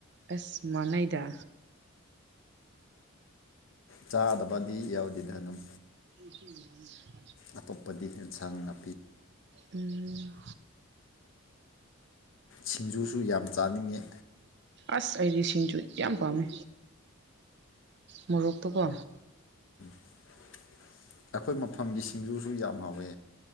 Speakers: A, on the right; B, on the left.
A: ꯑꯦꯁ ꯃꯅꯩꯗ
B: ꯆꯥꯗꯕꯗꯤ ꯌꯥꯎꯗꯦꯗ ꯑꯗꯨꯝ
A: ꯎ
B: ꯑꯇꯣꯞꯄꯗꯤ ꯑꯦꯟꯁꯥꯡ ꯅꯥ
A: ꯎꯝ
B: ꯁꯤꯡꯖꯨꯁꯨ ꯌꯥꯝ ꯆꯥꯅꯤꯡꯉꯦ
A: ꯑꯁ ꯑꯩꯗꯤ ꯁꯤꯡꯖꯨ ꯌꯥꯝ ꯄꯥꯝꯃꯦ ꯃꯣꯔꯣꯛꯣꯛꯇꯀꯣ
B: ꯑꯩꯈꯣꯏ ꯃꯐꯝꯒꯤ ꯁꯤꯡꯖꯨꯁꯨ ꯌꯥꯝ ꯍꯥꯎꯋꯦ